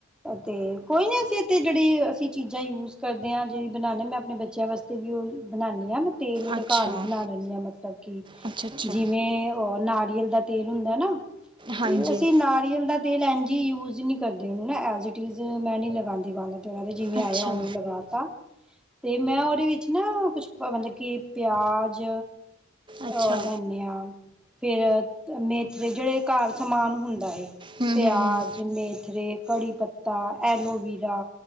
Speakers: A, in the centre; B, on the right.
A: ਤੇ ਕੋਈ ਨੀ ਅਸੀਂ ਤੇ ਜਿਹੜੀ ਅਸੀਂ ਚੀਜ਼ਾਂ ਯੂਜ ਕਰਦੇ ਆ ਜਿਹੜੀ ਬਣਾਦੇ ਹਾਂ ਮੈਂ ਆਪਣੇ ਬੱਚਿਆਂ ਵਾਸਤੇ ਵੀ ਉਹ ਬਣਾਣੀ ਆ ਤੇਲ ਇੱਕ
B: ਅੱਛਾ
A: ਘਰ ਹੀ ਬਣਾ ਲੈਂਣੀ ਆ ਮਤਲਬ ਕਿ
B: ਅੱਛਾ ਅੱਛਾ
A: ਜਿਵੇਂ ਉਹ ਨਾਰੀਅਲ ਦਾ ਤੇਲ ਹੁੰਦਾ ਨਾ
B: ਹਾਂਜੀ
A: ਤੇ ਅਸੀਂ ਨਾਰੀਅਲ ਦਾ ਤੇਲ ਐਂਜ ਈ ਯੂਜ ਨਹੀਂ ਕਰਦੀ ਨਾ ਐਜ਼ ਈ ਟੀਜ ਮੈਂ ਨਹੀਂ ਲਗਾਂਦੀ ਵਾਲਾ ਉਹਨਾਂ ਦੇ ਜਿਵੇਂ
B: ਅੱਛਾ
A: ਆਇਆ ਉਵੇਂ ਹੀ ਲਗਾ ਤਾ ਤੇ ਮੈਂ ਉਹਦੇ ਵਿੱਚ ਨਾ ਕੁਛ ਮਤਲਬ ਕਿ ਪਿਆਜ
B: ਅੱਛਾ
A: ਉਹ ਲੈਂਦੇ ਹਾਂ ਫੇਰ ਮੇਥਰੇ ਜੇੜੇ ਘਰ ਸਮਾਨ ਹੁੰਦਾ
B: ਹੂੰ
A: ਪਿਆਜ਼
B: ਹੂੰ
A: ਮੇਥਰੇ ਕੜੀ ਪੱਤਾ ਐਲੋਵੀਰਾ